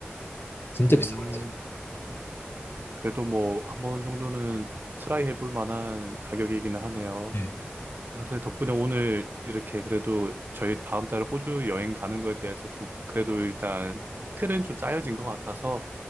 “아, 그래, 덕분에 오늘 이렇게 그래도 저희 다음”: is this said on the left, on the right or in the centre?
Right